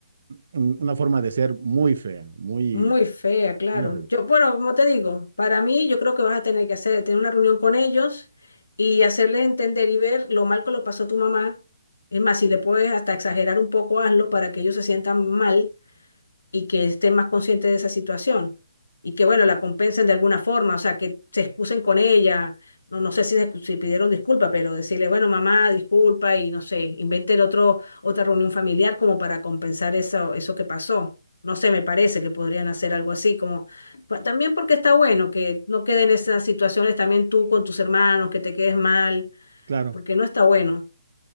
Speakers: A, on the right (about 60°); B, on the left (about 85°).
A: un- una forma de ser muy fea, muy,
B: Muy fea, claro.
A: muy horrible.
B: Yo, bueno, como te digo, para mí yo creo que vas a tener que hacer, tener una reunión con ellos y hacerles entender y ver lo mal que lo pasó tu mamá. Es más, si le puedes hasta exagerar un poco, hazlo para que ellos se sientan mal y que estén más conscientes de esa situación y que, bueno, la compensen de alguna forma, o sea, que se excusen con ella, no, no sé si, se- si pidieron disculpa, pero decirle, bueno, mamá, disculpa y no sé, inventen otro, otra reunión familiar como para compensar eso, eso que pasó. No sé, me parece que podrían hacer algo así, como pa- también porque está bueno que no queden esas situaciones también tú con tus hermanos, que te quedes mal,
A: Claro.
B: porque no está bueno.